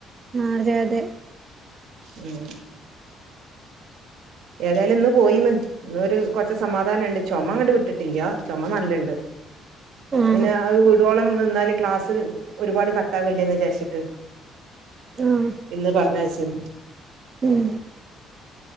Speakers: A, on the right (about 35°); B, on the right (about 75°).
A: ആ അതെ അതെ
B: ഉം ഏതായാലും ഇന്ന് പോയിന്ന് ഇന്ന് ഒരു കൊറച്ച സമാധാനുണ്ട് ചുമങ്ങണ്ട് വിട്ടിട്ടില്ല ചോമ നല്ലണ്ട്.
A: ആഹ്
B: പിന്നെ അത് വീടോളം നിന്നാല് ക്ലാസ് ഒരുപാട് കട്ടാവല്ലേന്ന് വിചാരിച്ചിട്ട്
A: ആഹ്
B: ഇന്ന് പറഞ്ഞ്ച്ചരുന്നു.
A: ഉം.